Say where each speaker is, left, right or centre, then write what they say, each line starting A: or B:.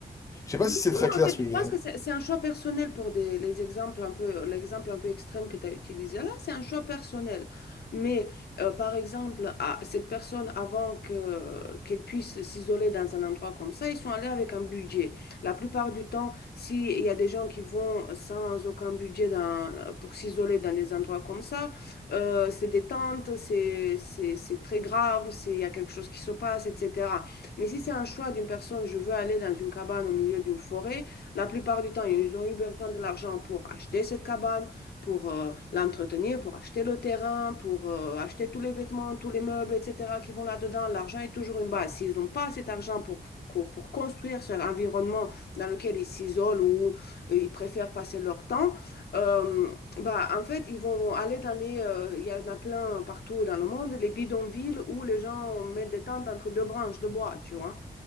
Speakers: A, on the left; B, on the left.
A: Je sais pas
B: Oui,
A: si c'est
B: non,
A: très clair
B: en fait,
A: ce que
B: je
A: je
B: pense
A: veux dire.
B: que c'est c'est un choix personnel pour des, les exemples un peu, l'exemple un peu extrême que tu as utilisé là, c'est un choix personnel. Mais euh, par exemple, à cette personne, avant que, qu'elle puisse s'isoler dans un endroit comme ça, ils sont allés avec un budget. La plupart du temps, s'il y a des gens qui vont sans aucun budget dans- pour s'isoler dans des endroits comme ça, euh, c'est des tentes, c'est c'est- c'est très grave, c'est- il y a quelque chose qui se passe, etc. Mais si c'est un choix d'une personne, je veux aller dans une cabane au milieu d'une forêt, la plupart du temps, ils ont eu besoin de l'argent pour acheter cette cabane, pour euh, l'entretenir, pour acheter le terrain, pour euh, acheter tous les vêtements, tous les meubles, etc. qui vont là-dedans. L'argent est toujours une base. S'ils n'ont pas cet argent pour, pour, pour construire cet environnement dans lequel ils s'isolent ou euh, ils préfèrent passer leur temps, euh, bah, en fait, ils vont aller dans les... euh, Il y en a plein partout dans le monde, les bidonvilles où les gens mettent des tentes entre deux branches de bois, tu vois.